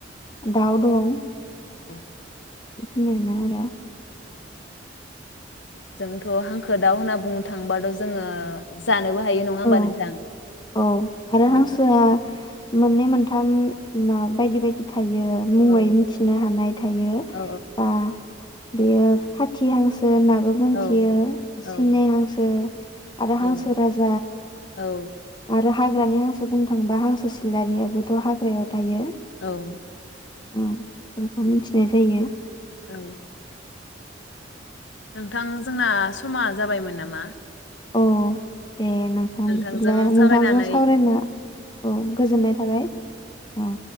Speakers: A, on the left; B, on the left.
A: दाउ दं।
B: औ।
A: बेखिनियानो आरो‌
B: जोंथ हांखो दाउ होनना बुंनो थाङोबाथ जोङो जानोबो। हायो नङा होमबा
A: औ
B: नोंथां?
A: औ आरो
B: औ
A: हांसोआ। मोननै मोनथाम मा बायदि बायदि था। थायो मुङै
B: औ
A: मिथिनो हानाय थायो
B: औ
A: बा। बेयो फथिहांसो। हांसो होनाबो मोनथियो
B: औ
A: सिने
B: औ
A: हांसो। आरो
B: औ
A: हांसो राज।
B: औ।
A: आरो हाग्रानि हांसो बुंनो थांबा हांसो सिलारियाबोथ हाग्रायाव थायो।
B: औ।
A: होम बेखौ मिथिनाय जायो।
B: औ। नोंथां जोंना। समा जाबायमोन नामा।
A: औ। दे नोंथां
B: नोंथांजों
A: बिदिब्ला नोंथांजों
B: सावरायनानै
A: सावरायनो औ गोजोननाय थाबाय औ।